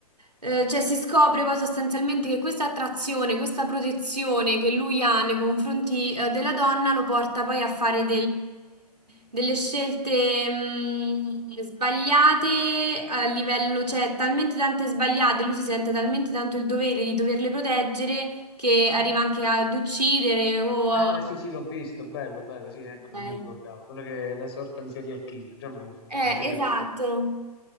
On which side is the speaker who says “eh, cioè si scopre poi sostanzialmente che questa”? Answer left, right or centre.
Right